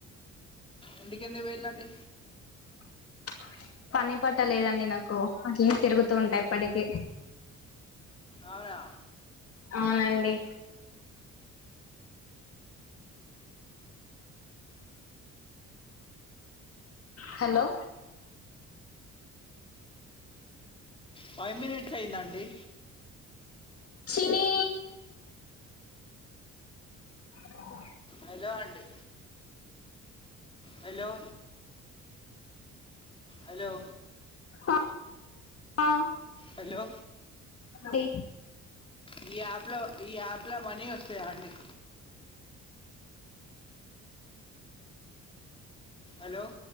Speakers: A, on the left; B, on the left.
A: ఇంటికి ఎందుకు పోయిళ్ళండి
B: <inaudible> పని పాటలేదండి నాకు అట్లనే తిరుగుతూ ఉంటా ఎప్పటికి
A: అవునా
B: అవునండి <inaudible> హలో
A: ఫైవ్ మినిట్స్ అయీదండి
B: చినీ <inaudible>
A: హలో అండి హలో హలో
B: అ ఆ
A: హలో
B: టీ
A: ఈ యాప్లో మనీ వస్తాయా అండి.. హలో